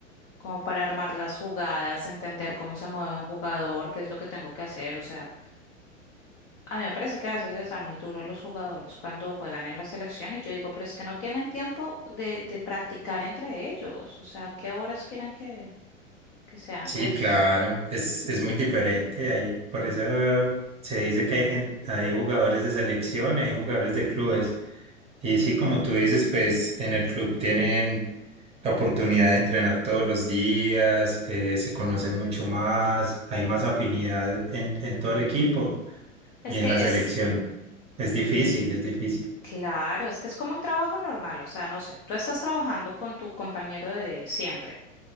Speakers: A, on the left; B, on the right.
A: como para armar las jugadas, entender cómo se mueve un jugador, qué es lo que tengo que hacer, o sea, a mí me parece que a veces les dan muy duro a los jugadores cuando juegan en la selección y yo digo, pero es que no tienen tiempo de, de practicar entre ellos, o sea, ¿qué horas quieren que, que sean?
B: Sí,
A: Pues
B: claro, es, es muy diferente ahí, por eso eh, se dice que hay gente, hay jugadores de selección y hay jugadores de clubes. Y sí, como tú dices, pues en el club tienen la oportunidad de entrenar todos los días, eh, se conocen mucho más, hay más afinidad en, en todo el equipo
A: es
B: y
A: que
B: en la selección.
A: es...
B: Es difícil, es difícil.
A: Claro, es que es como un trabajo normal, o sea, no sé, tú estás trabajando con tu compañero de siempre